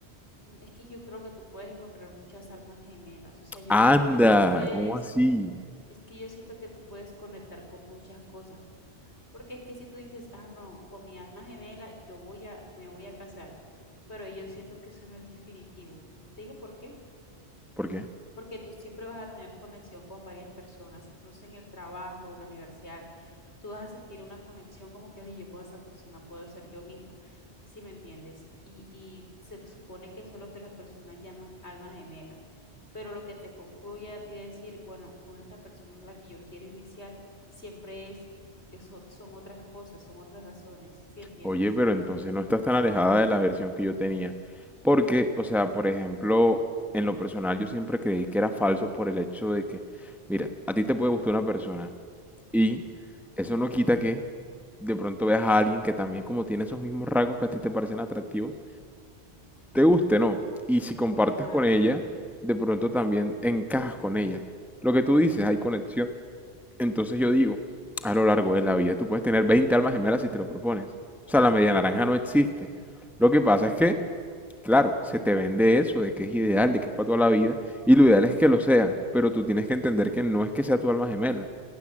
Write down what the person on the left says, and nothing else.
mm, es que yo creo que tú puedes encontrar muchas almas gemelas, o sea, yo
siento que tú puedes,
es que yo siento que tú puedes conectar con muchas cosas, porque es que si tú dices, ah, no, con mi alma gemela yo voy a, me voy a casar, pero yo siento que eso no es definitivo. Te digo por qué.
porque tú siempre vas a tener conexión con varias personas, incluso en el trabajo, en la universidad, tú vas a sentir una conexión como que, oye, yo con esa persona puedo ser yo misma, si me entiendes? Y, y se supone que eso es lo que las personas llaman alma gemela, pero lo que te concluye a ti decir, bueno, con esta persona es la que yo quiero iniciar, siempre es, eso son otras cosas, son otras razones, si entiendes?
Claro,